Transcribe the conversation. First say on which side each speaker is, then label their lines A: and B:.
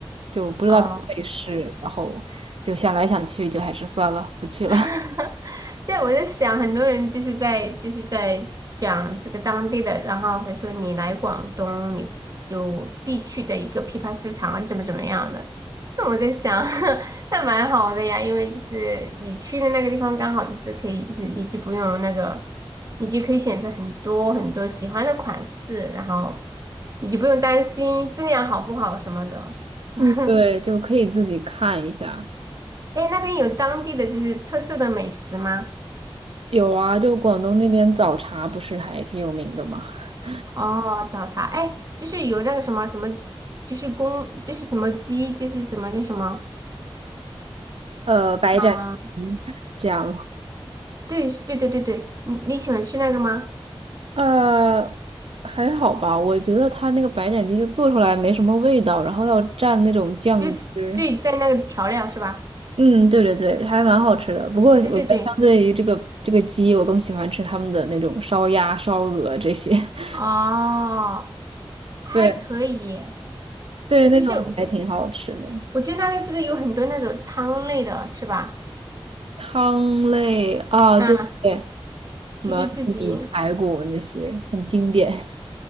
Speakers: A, on the right; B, on the right.
A: 就不知道可不可以试哎然后就想来想去，
B: 哦，
A: 就还是算了，不去了。
B: <laughs>
A: <laughs>
B: 对，我在想，很多人就是在就是在讲这个当地的，然后他说你来广东，你就必去的一个批发市场啊，怎么怎么样的。那我在想，<laughs> 那蛮好的呀，因为就是你去的那个地方刚好就是可以，就是你就不用那个，你就可以选择很多很多喜欢的款式，然后你就不用担心质量好不好什么的。<laughs>
A: 嗯，对，就可以自己看一下。
B: 哎那边有当地的就是特色的美食吗？
A: 有啊，就广东那边早茶不是还挺有名的吗？<laughs>
B: 哦，早茶，哎，就是有那个什么什么，就是公，就是什么鸡，就是什么叫什么
A: 呃，白斩鸡
B: 啊？
A: <laughs> 这样吗？
B: 对，对对对对，你你喜欢吃那个吗？
A: 呃，还好吧，我觉得它那个白斩鸡就做出来没什么味道，然后要蘸那种酱汁。
B: 就是对，在那个调料是吧？
A: 嗯，对对对，还蛮好吃的。不过我觉得相对于这个这个鸡，
B: 对对对，
A: 我更喜欢吃他们的那种烧鸭、烧鹅这些。<laughs>
B: 哦，还可以耶
A: 对对，
B: 呃就是
A: 那种还挺好吃的。
B: 我觉得那边是不是有很多那种汤类的，是吧？
A: 汤类啊，
B: 嗯，
A: 对对对，什么玉米排骨那些很经典。
B: 就是自己，